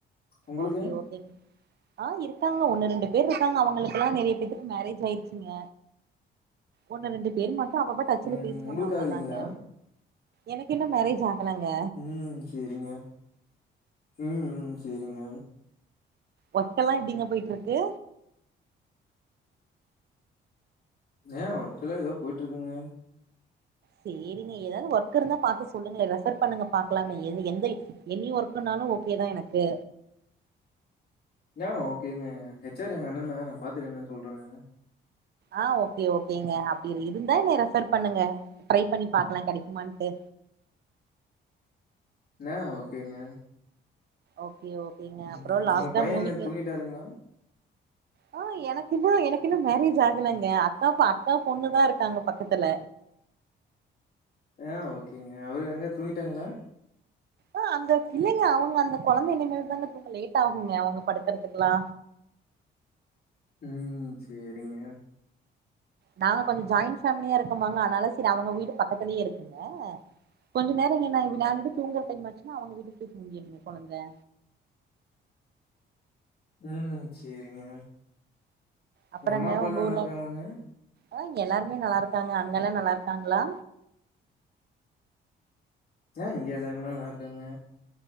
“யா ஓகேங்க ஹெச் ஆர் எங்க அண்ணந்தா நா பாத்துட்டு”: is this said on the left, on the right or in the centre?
Left